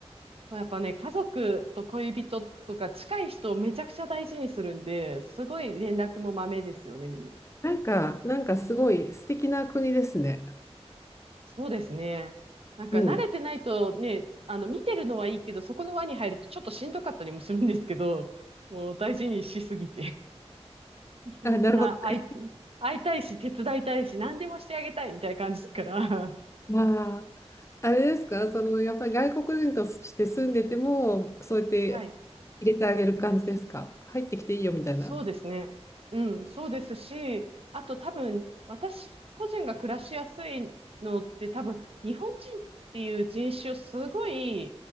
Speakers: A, on the right (about 60°); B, on the left (about 25°).
A: そう、やっぱね、家族と恋人とか近い人をめちゃくちゃ大事にするんで、すごい連絡もまめですよね、みんな。
B: なんか、なんかすごい素敵な国ですね。
A: そうですね。なんか慣れてないとね、
B: うん。
A: あの、見てるのはいいけど、そこの輪に入るとちょっとしんどかったりもするんですけど、もう大事にしすぎて。<laughs> みんな会い、
B: あ、なるほど。
A: 会いたいし、手伝いたいし、何でもしてあげたいみたいな感じだから。
B: まあ、あれですか、
A: <laughs>
B: そのやっぱり外国人として住んでても、そうやって入れてあげる感じですか。
A: はい。
B: 入ってきていいよみたいな。
A: そうですね。うん、そうですし、あと多分、私個人が暮らしやすいのって多分、日本人っていう人種をすごい